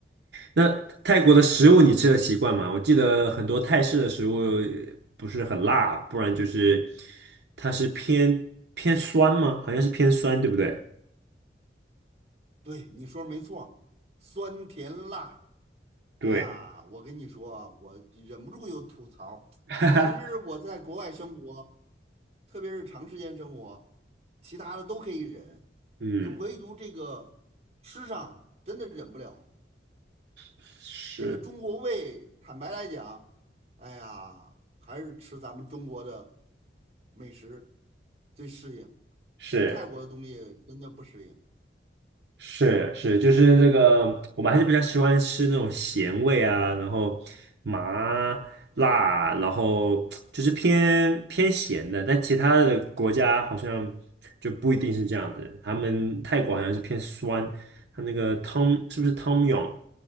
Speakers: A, on the right; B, on the right.
A: 那泰国的食物你吃的习惯吗？我记得很多泰式的食物呃不是很辣，不然就是它是偏偏酸吗？好像是偏酸，对不对？
B: 对，你说没错，酸甜辣。哎呀，
A: 对，
B: 我跟你说啊我忍不住又吐槽。
A: <laughs>
B: 其实我在国外生活。特别是长时间生活，其他的都可以忍，
A: 嗯，
B: 就唯独这个吃上真的忍不了。
A: 是
B: 这个中国胃，坦白来讲，哎呀，还是吃咱们中国的美食最适应，
A: 是
B: 吃泰国的东西真的不适应。
A: 是是，就是这个，我们还是比较喜欢吃那种咸味啊，然后麻辣，然后就是偏偏咸的，但其他的国家好像就不一定是这样子。他们泰国好像是偏酸，他那个汤是不是汤姆 m